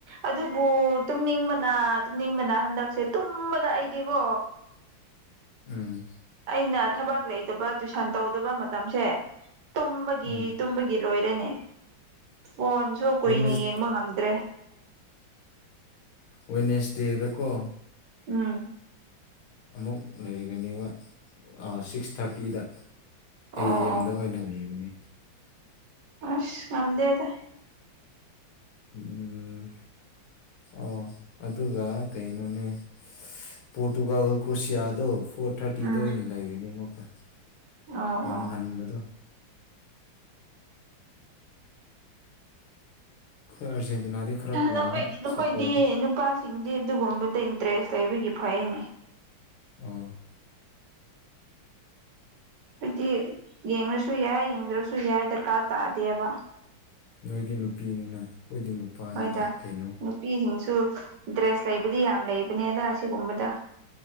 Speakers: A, on the right; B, on the left.
A: ꯑꯗꯨꯕꯨ ꯇꯨꯝꯅꯤꯡꯕꯅ ꯇꯨꯝꯅꯤꯡꯕꯅ ꯍꯟꯗꯛꯁꯦ ꯇꯨꯝꯕꯗ ꯑꯩꯗꯤꯀꯣ
B: ꯎꯝ
A: ꯑꯩꯅ ꯊꯕꯛ ꯂꯩꯇꯕ ꯇꯨꯏꯁꯟ ꯇꯧꯗꯕ ꯃꯇꯝꯁꯦ ꯇꯨꯝꯕꯒꯤ
B: ꯎꯝ
A: ꯇꯨꯝꯕꯒꯤ ꯂꯣꯏꯔꯦꯅꯦ ꯐꯣꯟꯁꯨ ꯀꯨꯏꯅ
B: ꯋꯦꯠꯅꯦꯁ
A: ꯌꯦꯡꯕ ꯉꯝꯗ꯭ꯔꯦ
B: ꯋꯦꯠꯅꯦꯁ ꯗꯦꯗꯀꯣ
A: ꯎꯝ
B: ꯑꯃꯨꯛ ꯂꯩꯒꯅꯦꯕ ꯁꯤꯛꯁ ꯊꯥꯔꯇꯤꯗ ꯑꯦ
A: ꯑꯣ
B: ꯑꯦꯝꯗ ꯑꯣꯏꯅ ꯂꯩꯕꯅꯦ
A: ꯑ ꯉꯗꯦꯗ
B: ꯎꯝ ꯑꯣ ꯑꯗꯨꯒ ꯀꯩꯅꯣꯅꯦ ꯄꯣꯣꯔꯇꯨꯒꯜ ꯀ꯭ꯁꯤꯤ ꯑꯗꯣ ꯐꯣꯔ ꯊꯥꯔꯇꯤꯗ
A: ꯎꯝ
B: ꯑꯣꯏꯅ ꯂꯩꯒꯅꯤ ꯑꯃꯨꯛꯀ
A: ꯑꯣ
B: ꯌꯥꯝ
A: ꯑꯣ
B: ꯉꯟꯕꯗꯣ ꯑꯩꯈꯣꯏ ꯑꯥꯔꯖꯦꯟꯇꯤꯅꯥꯗꯤ ꯈꯔ ꯀꯨꯏꯅꯤ
A: ꯅꯈꯣꯏ ꯅꯈꯣꯏꯗꯤ
B: ꯁꯦꯇꯔꯗꯤ
A: ꯅꯨꯄꯥꯁꯤꯡꯗꯤ ꯑꯗꯨꯒꯨꯝꯕꯗ ꯏꯟꯇꯔꯦꯁ ꯇꯩꯕꯒꯤ ꯐꯩꯅꯦ
B: ꯑꯣ
A: ꯍꯥꯏꯗꯤ ꯌꯦꯡꯂꯡꯉꯁꯨ ꯌꯥꯏ ꯌꯦꯡꯗ꯭ꯔꯁꯨ ꯌꯥꯏ ꯗꯔꯀꯥꯔ ꯇꯥꯗꯦꯕ
B: ꯅꯣꯏꯗꯤ ꯅꯨꯄꯤꯅꯤꯅ ꯑꯩꯈꯣꯏꯗꯤ ꯅꯨꯄꯥꯅꯤꯅ
A: ꯃꯣꯏꯗ
B: ꯀꯩꯅꯣ
A: ꯅꯨꯄꯤꯁꯤꯡꯁꯨ ꯗ꯭ꯔꯦꯁ ꯂꯩꯕꯗꯤ ꯌꯥꯝ ꯂꯩꯕꯅꯦꯗ ꯁꯤꯒꯨꯝꯕꯗ